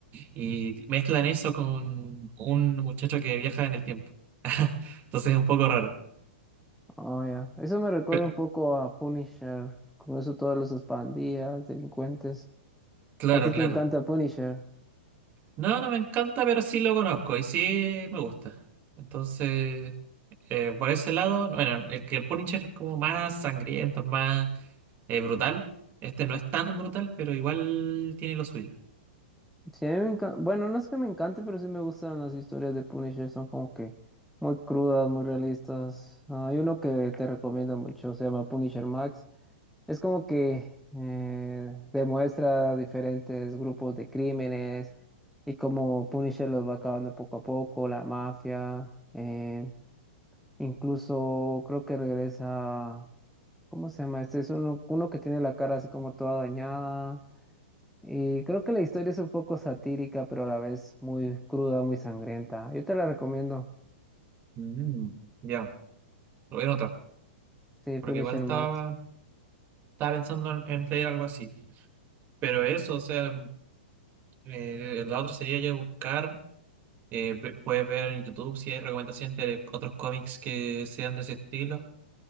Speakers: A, on the right; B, in the centre.
A: Y mezclan eso con un muchacho que viaja en el tiempo. <laughs> Entonces es un poco raro.
B: Ah, ya, eso me recuerda
A: Pe-
B: un poco a Punisher, con eso todos los pandillas, delincuentes.
A: Claro,
B: A ti
A: claro.
B: te encanta Punisher.
A: No, no me encanta, pero sí lo conozco y sí me gusta. Entonces, eh, por ese lado, bueno, el que el Punisher es como más sangriento, más eh, brutal. Este no es tan brutal, pero igual tiene lo suyo.
B: Sí, a mí me encanta. Bueno, no es que me encante, pero sí me gustan las historias de Punisher. Son como que muy crudas, muy realistas. Ah, hay uno que te recomiendo mucho, se llama Punisher Max. Es como que eh, demuestra diferentes grupos de crímenes y cómo Punisher los va acabando poco a poco, la mafia. eh, incluso creo que regresa. ¿Cómo se llama? Este es uno, uno que tiene la cara así como toda dañada. Y creo que la historia es un poco satírica, pero a la vez muy cruda, muy sangrienta. Yo te la recomiendo.
A: Mm, Ya, lo voy a notar,
B: Sí,
A: porque
B: Punisher
A: igual estaba,
B: Max.
A: estaba pensando en, en leer algo así. Pero eso, o sea, eh, la otra sería ya buscar, eh, ve- puedes ver en YouTube si hay recomendaciones de otros cómics que sean de ese estilo.